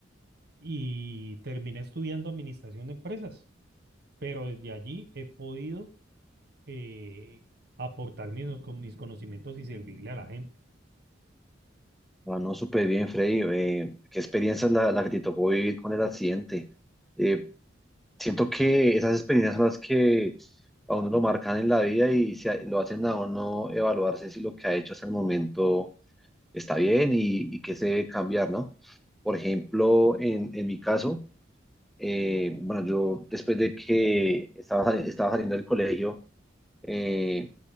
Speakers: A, on the right; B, in the centre.
A: y terminé estudiando administración de empresas, pero desde allí he podido eh, aportar mis, con mis conocimientos y servirle a la gente.
B: Ah, no, súper bien, Freddy. Eh, ¿qué experiencia es la, la que te tocó vivir con el accidente? Eh, siento que esas experiencias son las que a uno lo marcan en la vida y se, lo hacen a uno evaluarse si lo que ha hecho hasta el momento está bien y, y qué se debe cambiar, ¿no? Por ejemplo, en, en mi caso, Eh, bueno, yo después de que estaba, sali- estaba saliendo del colegio, eh,